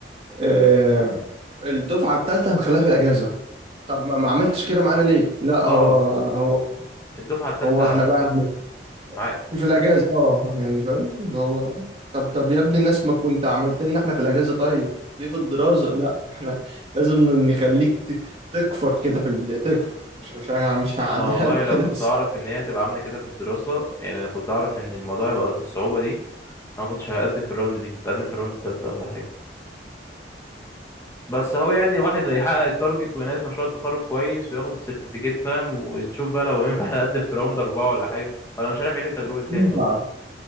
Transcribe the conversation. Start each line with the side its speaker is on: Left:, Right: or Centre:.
Right: آه الدفعة الثالثة هنخليها في الأجازة طب ما, ما عملتش كده معانا ليه؟ لا
Left: اه
Right: هو هو
Left: الدفعه الثالثه
Right: هو احنا
Left: هت-
Right: بقى هن-
Left: معاك
Right: في الأجازة اه يعني فاهم اللي هو طب طب يا ابني الناس ما كنت عملت لنا احنا في الأجازة طيب ليه في الدراسة؟ لا احنا لازم نخليك ت- تكفر كده في البداية تكفر مش مش مش هعديها
Left: انا والله
Right: لك
Left: لو
Right: كده
Left: كنت اعرف ان هي هتبقى عامله كده في الدراسه يعني انا كنت اعرف ان الموضوع هيبقى بالصعوبه دي انا ما كنتش هقدم في الراوند دي كنت هقدم في الراوند الثالثه ولا حاجه بس اهو يعني الواحد يحقق التارجت ويناقش مشروع التخرج كويس وياخد السيرتيفيكيت فاهم ونشوف بقى لو <laughs> ينفع نقدم في راوند اربعه ولا حاجه ولا مش عارف اعيد التجربه دي
Right: بس
Left: تاني ولا لا